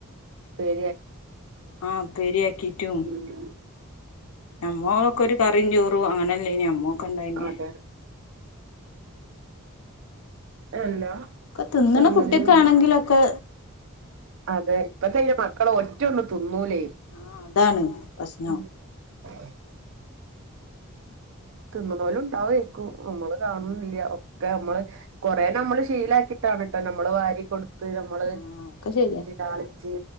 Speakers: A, on the right; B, on the left.
A: ഉപ്പേരിയാ
B: ആഹ് ഉപ്പേരിയാക്കീറ്റും
A: ഉം
B: നമ്മോക്കെ ഒരു കറിയും ചോറും അങ്ങനെല്ലേനി നമ്മൊക്ക്ണ്ടായിന്.
A: അതെ എല്ലാ
B: ഒക്ക തിന്നണ
A: സംഗതികളും
B: കുട്ടിയൊക്കാണെങ്കിലൊക്കെ
A: അതെ ഇപ്പത്തെയ്ന് മക്കൾ ഒറ്റഒന്നും തിന്നൂലേ.
B: ആ അതാണ് പ്രശ്നം
A: <unintelligible> തിന്ന്ണോലുണ്ടാവേയ്ക്കും നമ്മള് കാണുല്യ.
B: ഉം
A: ഒക്കെ നമ്മള് കൊറേ നമ്മള് ശീലക്കിയിട്ടാണ് ട്ടോ നമ്മള് വാരി കൊടു കൊടുത്ത് നമ്മള്
B: ആഹ് ഒക്കെ
A: കൊഞ്ചിച്ച്
B: ശരിയാ
A: ലാളിച്ച്